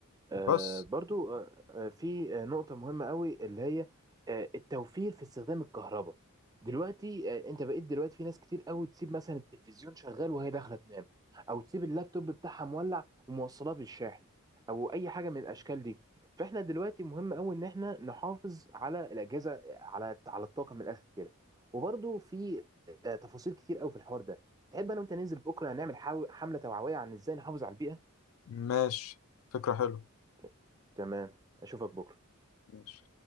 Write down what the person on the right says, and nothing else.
آه،
برضو آه، آه، في آه، نقطة مهمة قوي اللي هي آه، التوفير في استخدام الكهرباء دلوقتي آه، انت بقيت دلوقتي في ناس كتير قوي تسيب مثلا التلفزيون شغال وهي داخلة تنام او تسيب اللابتوب بتاعها مولع وموصلاه بالشاحن او اي حاجة من الاشكال دي فاحنا دلوقتي مهم قوي ان احنا نحافظ على الاجهزة على على الطاقة من الاخر كده وبرضو في آه، تفاصيل كتير قوي في الحوار ده تحب انا وانت ننزل بكرة نعمل حاو- حملة توعوية عن ازاي نحافظ على البيئة
ت- تمام اشوفك بكرة